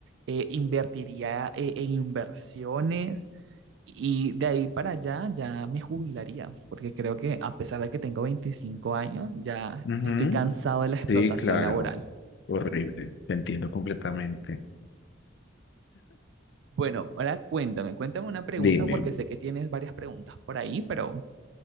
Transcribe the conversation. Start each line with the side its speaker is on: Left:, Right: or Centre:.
Right: eh, invertiría eh, en inversiones y de ahí para allá ya me jubilaría, porque creo que a pesar de que tengo 25 años, ya
Left: Ujú,
Right: estoy cansado de la explotación
Left: Sí, claro.
Right: laboral.
Left: Horrible. Te entiendo completamente.
Right: Bueno, ahora cuéntame, cuéntame una pregunta
Left: Dime,
Right: porque sé que tienes varias preguntas por ahí, pero